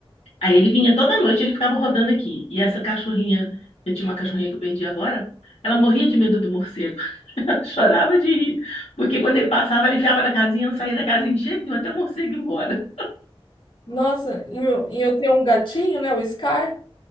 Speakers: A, on the left; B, on the left.
A: Aí ele vinha toda noite, ele ficava rodando aqui. E essa cachorrinha, eu tinha uma cachorrinha que eu perdi agora, ela morria de medo do morcego. <laughs> Ela Chorava de rir, porque quando ele passava, ela enfiava na casinha, não saía da casinha de jeito nenhum, até o morcego ir embora.
B: Nossa, e eu, e eu tenho um gatinho, né, o Scar,